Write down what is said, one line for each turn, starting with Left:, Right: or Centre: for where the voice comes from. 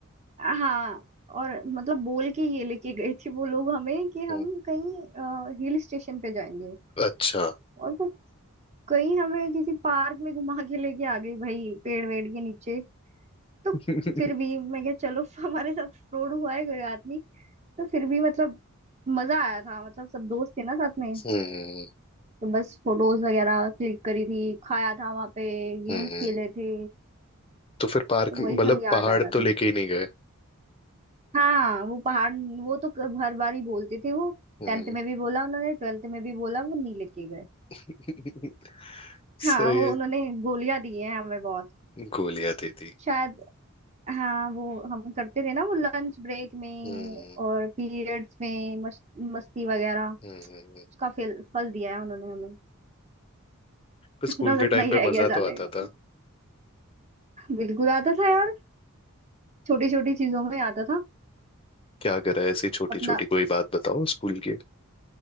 Right: हाँ और मतलब बोल के ये लेके गए थे वो लोग हमें कि हम
Left: हम्म,
Right: कहीं हिल स्टेशन पे जाएंगे
Left: अच्छा
Right: और वो कहीं हमें किसी पार्क में घुमा के लेके आ गई भाई पेड़ वेड़ के नीचे तो
Left: <laughs>
Right: फिर भी
Left: हम्म
Right: मैं क्या चलो <laughs> हमारे साथ फ्रॉड हुआ है कोई बात नहीं तो फिर भी मतलब मजा आया था मतलब सब दोस्त थे ना साथ में
Left: हम्म
Right: तो बस फोटोज वगैरह क्लिक करी थी खाया था वहां पे गेम्स
Left: हम्म
Right: खेले थे
Left: तो फिर पार्क
Right: तो वही
Left: मतलब
Right: सब याद
Left: पहाड़
Right: आ
Left: तो
Right: रहा था
Left: लेके ही नहीं गए
Right: हाँ वो पहाड़ वो तो क- हर बार ही बोलते थे वो
Left: हम्म
Right: टेंथ में भी बोला उन्होंने ट्वेल्थ में भी बोला वो नहीं लेके गए
Left: हम्म। <laughs>
Right: हाँ
Left: सही
Right: वो
Left: है
Right: उन्होंने गोलियां दी हैं हमें बहुत
Left: गोलियां दे दी
Right: शायद हाँ वो हम करते थे ना वो लंच ब्रेक में
Left: हम्म
Right: और पीरियड्स में मस्त, मस्ती वगैरह
Left: हम्म।
Right: उसका फल फल दिया है उन्होंने हमें
Left: पर
Right: <laughs>
Left: <laughs> स्कूल
Right: सपना
Left: के
Right: सपना
Left: टाइम
Right: ही
Left: पे
Right: रह गया
Left: मजा
Right: जाने
Left: तो आता
Right: का
Left: था
Right: बिल्कुल आता था यार छोटी छोटी चीजों में आता था
Left: क्या करा है ऐसी छोटी
Right: अपना
Left: छोटी कोई बात बताओ स्कूल की